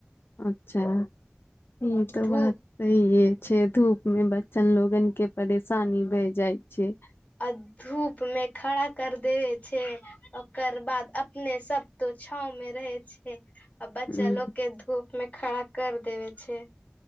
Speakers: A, on the left; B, on the left.
A: अच्छा इ त
B: धू
A: बात सहिये छै धूप मे बच्चन लोगन के परेशानी भए जाइ छै
B: आ धूप मे खड़ा कर देवे छै ओकर बाद अपने सब तो छाँव मे रहै छै आ बच्चा
A: हूँ
B: लोग के धूप मे खड़ा कर देवे छै